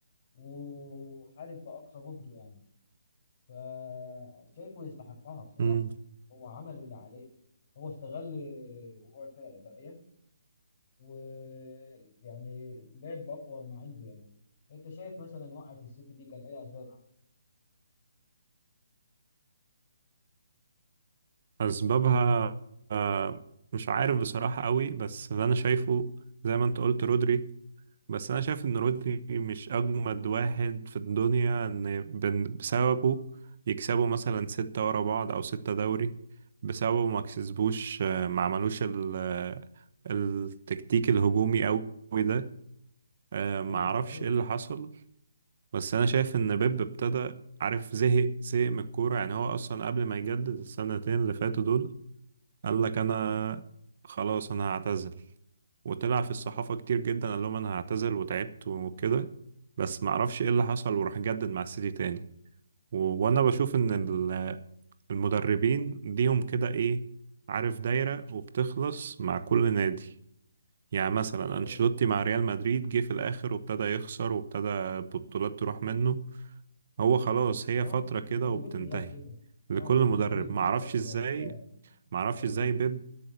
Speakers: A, on the left (about 40°); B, on the right (about 50°).
A: وحارب باقصى جهده يعني فشايفه يستحقها بصراحه
B: مم.
A: هو عمل اللي عليه هو استغل وقوع الفرق الباقيه ويعني لعب اقوى ما عنده يعني انت شايف مثلا وقعت السيتي دي كان ايه اسبابها
B: أسبابها آه، مش عارف بصراحة قوي بس اللي أنا شايفه زي ما أنت قلت رودري بس أنا شايف إن رودري مش أجمد واحد في الدنيا إن بن- بسببه يكسبوا مثلا ستة ورا بعض أو ستة دوري بسببه ما كسبوش آه، ما عملوش ال- آه، التكتيك الهجومي قوي ده آه، ما
A: ايوه
B: اعرفش
A: ايوه
B: ايه اللي حصل بس انا شايف ان بيب ابتدى عارف زهق زهق من الكوره يعني هو اصلا قبل ما يجدد السنتين اللي فاتوا دول قال لك انا خلاص انا هعتزل وطلع في الصحافه كتير جدا قال لهم انا هعتزل وتعبت وكده بس ما اعرفش ايه اللي حصل وراح جدد مع السيتي تاني و... وانا بشوف ان ال- المدربين ليهم كده ايه عارف دايره وبتخلص مع كل نادي يعني مثلا انشيلوتي
A: ايوه
B: مع ريال مدريد جه في الاخر وابتدى يخسر وابتدى البطولات تروح منه هو خلاص هي
A: اه
B: فترة
A: المدربين
B: كده وبتنتهي
A: كلها كده اه
B: لكل
A: كل
B: مدرب
A: مدرب ليه
B: معرفش
A: فترة
B: ازاي
A: كده
B: معرفش
A: ايوه
B: ازاي بيب